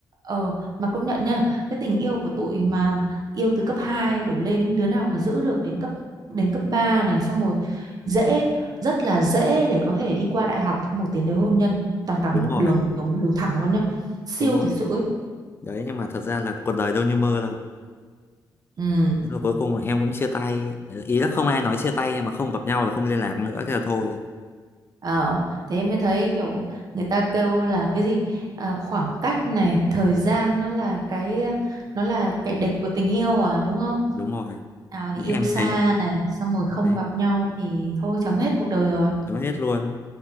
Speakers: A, on the right (about 50°); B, on the left (about 30°).
A: Ờ mà công nhận nha, cái tình yêu của tụi mà yêu từ cấp 2 đổ lên đứa nào mà giữ được đến cấp đến cấp 3 này xong rồi dễ rất là dễ để có thể đi qua đại học xong rồi tiến tới hôn nhân tằng tằng
B: đúng
A: một
B: rồi
A: đường kiểu một đường thẳng luôn nhá. Siêu
B: đúng
A: thật
B: rồi
A: sự ấy.
B: đấy nhưng mà thật ra là cuộc đời đâu như mơ đâu
A: Ừ.
B: Thế rồi cuối cùng em cũng chia tay Ờ, ý là không ai nói chia tay mà không gặp nhau là không liên lạc nữa thế là thôi
A: Ờ, thế em mới thấy kiểu người ta kêu là cái gì à, khoảng cách này thời gian nó là cái ờ, nó là kẻ địch của tình yêu à đúng không
B: đúng rồi
A: nào thì yêu
B: em
A: xa
B: thấy
A: này xong rồi
B: đấy
A: không gặp nhau thì thôi chấm hết cuộc đời rồi
B: chấm hết luôn